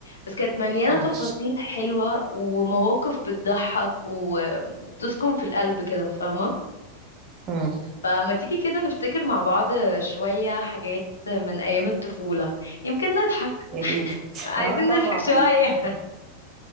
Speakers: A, on the left (about 70°); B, on the right (about 30°).
A: بس كانت مليانه
B: اه
A: تفاصيل حلوه ومواقف بتضحك و- وبتسكن في القلب كده فاهمه
B: امم
A: فما تيجي كده نفتكر مع بعض شويه حاجات من ايام الطفوله يمكن نضحك
B: يا ريت
A: عايزين
B: اه طبعا
A: نضحك شويه <laughs>